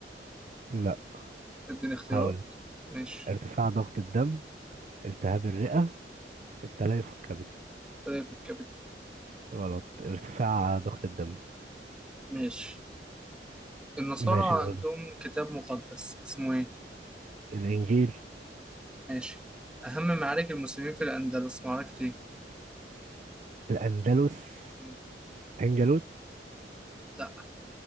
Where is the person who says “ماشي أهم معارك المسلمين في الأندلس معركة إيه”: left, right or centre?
Centre